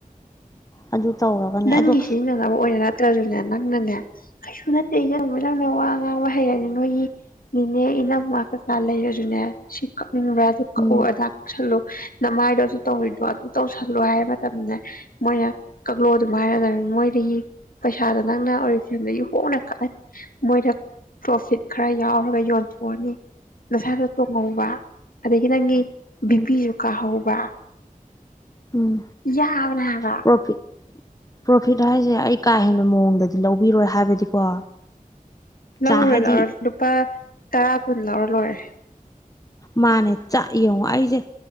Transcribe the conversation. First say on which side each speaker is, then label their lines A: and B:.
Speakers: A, on the left; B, on the left.
A: ꯑꯗꯨ ꯇꯧꯔꯒꯅꯦ
B: ꯅꯪꯒꯤ
A: ꯑꯗꯣ
B: ꯁꯤꯖꯤꯟꯅꯅꯕ ꯑꯣꯏꯅ ꯅꯠꯇ꯭ꯔꯁꯨꯅꯦ ꯅꯪꯅꯅꯦ ꯀꯩꯁꯨ ꯅꯠꯇꯦ ꯏ ꯂꯨꯃꯤ ꯂꯪꯅ ꯋꯥ ꯉꯥꯡꯕ ꯍꯩꯔꯅꯤ ꯅꯣꯏꯒꯤ ꯃꯤꯅꯦ ꯏꯅꯝꯃ ꯀꯆꯥ ꯂꯩꯔꯁꯨꯅꯦ ꯁꯤꯀ ꯎ
A: ꯎꯝ
B: ꯑꯗꯨꯗꯥꯛꯜꯂꯣ ꯅꯃꯥꯏꯗꯣ ꯑꯗꯨ ꯇꯧꯔꯤꯗꯣ ꯑꯗꯨ ꯇꯧꯁꯜꯂꯣ ꯍꯥꯏꯕ ꯃꯇꯝꯅꯦ ꯃꯣꯏꯅ ꯂꯣ ꯑꯗꯨꯝ ꯍꯥꯏꯔꯗ ꯃꯣꯏꯗꯒꯤ ꯄꯩꯁꯥꯗꯣ ꯅꯪꯅ ꯑꯣꯔꯤꯖꯤꯟꯗꯒꯤ ꯍꯣꯡꯅ ꯀꯛꯑꯅꯤ ꯃꯣꯏꯗ ꯄ꯭ꯔꯣꯐꯤꯠ ꯈꯔ ꯌꯥꯎꯔꯒ ꯌꯣꯟꯊꯣꯛꯑꯅꯤ ꯅꯁꯥꯗ ꯇꯣꯡꯍꯧꯕ ꯑꯗꯒꯤ ꯅꯪꯒꯤ ꯕꯤꯄꯤ
A: ꯎꯝ
B: ꯆꯨꯀꯥ ꯍ ꯋꯥ
A: ꯎꯝ
B: ꯌꯥꯕꯅꯒ
A: ꯄ꯭ꯔꯣꯐꯤꯠ ꯄ꯭ꯔꯣꯐꯤꯠ ꯍꯥꯏꯁꯦ ꯑꯩ ꯀꯥ ꯍꯦꯟꯕ ꯃꯑꯣꯡꯗꯗꯤ ꯂꯧꯕꯤꯔꯣꯏ ꯍꯥꯏꯕꯗꯤꯀꯣ
B: ꯂꯧꯔ
A: ꯆꯥꯡ ꯍꯥꯏꯗꯤ
B: ꯂ ꯂꯗꯨꯄꯥ ꯇꯔꯥ ꯄꯨꯜꯂꯔ ꯂꯣꯏ
A: ꯃꯥꯅꯦ ꯆꯥꯛ ꯌꯦꯡꯉꯣ ꯑꯩꯁꯦ